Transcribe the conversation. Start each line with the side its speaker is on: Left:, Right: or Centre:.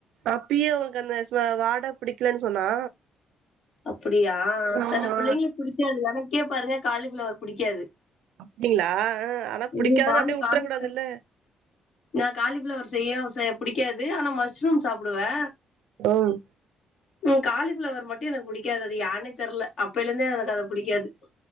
Right: அப்பயே உனக்கு அந்த வாட புடிக்கலன் சொன்னா
Left: அப்படியா
Right: ஆமா
Left: சில பிள்ளைங்கு புடிக்காது எனக்கே பாருங்க காளிஃபிளவர் புடிக்காது
Right: அப்டிங்களா ஆனா புடிக்காதுன்
Left: ம் நானு
Right: அப்டியே வுட்ற
Left: காலி
Right: கூடாதுல்ல
Left: நா காலிப்ஃபிளவர் செய்ய புடிக்காது ஆனா மஷ்ரூம் சாப்புடுவே
Right: ம்
Left: ம் காலிஃபிளவர் மட்டு எனக்கு புடிக்காது அது யானே தெரல அப்பிலந்தே எனக்கு அத புடிக்காது